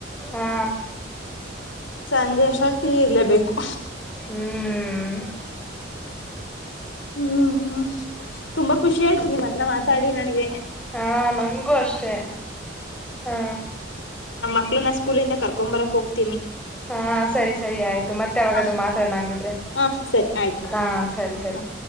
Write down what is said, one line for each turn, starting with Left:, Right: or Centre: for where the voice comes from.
Centre: ಹಾ
Left: ಸಂಜೆ ಒತ್ತಿಗೂಇರ್ಲೇಬೇಕು.
Centre: ಹ್ಮ್
Left: ಹ್ಮ್, ತುಂಬಾ ಖುಷಿ ಆಯ್ತು ನಿಮ್ಮ್ ಹತ್ರ ಮಾತಾಡಿ ನನ್ಗೆ.
Centre: ಹಾ, ನಮ್ಗೂ ಅಷ್ಟೆ ಹಾ...
Left: ಮಕ್ಕಳನ ಸ್ಕೂಲಿಂದ ಕರ್ಕೊಂಬರಕ ಹೋಗ
Centre: ಹಾ, ಸರಿ -ಸರಿ ಆಯ್ತು ಮತ್ತೆ ಏನಾದ್ರು
Left: ಹ
Centre: ಮಾತಾಡಣಂಗಿದ್ರೆ.
Left: ಹ ಸರಿ ಆಯ್ತು
Centre: ಹಾ, ಸರಿ ಸರಿ...
Left: ಹ